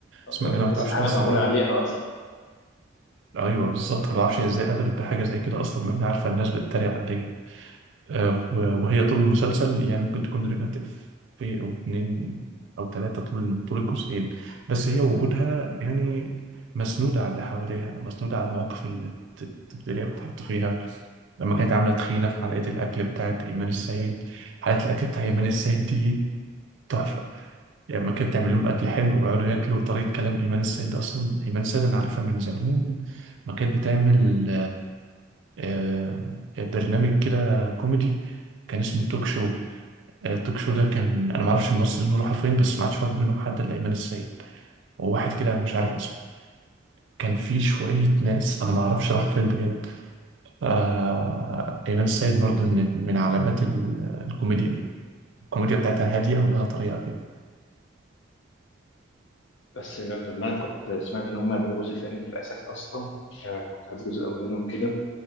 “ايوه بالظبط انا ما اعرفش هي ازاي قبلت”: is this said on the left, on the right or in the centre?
Right